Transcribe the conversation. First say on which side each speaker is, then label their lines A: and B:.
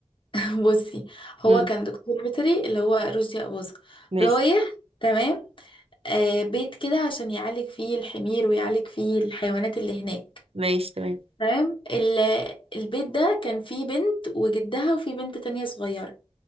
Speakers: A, on the left (about 45°); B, on the right (about 55°).
A: <laughs> بصي هو
B: امم
A: كان دكتور بيطري اللي هو رشدي أباظة
B: ماشي
A: رايح تمام آه بيت كده عشان يعالج فيه الحمير ويعالج فيه الحيوانات اللي هناك
B: ماشي تمام
A: تمام ال- البيت ده كان فيه بنت وجدها وفيه بنت تانية صغيرة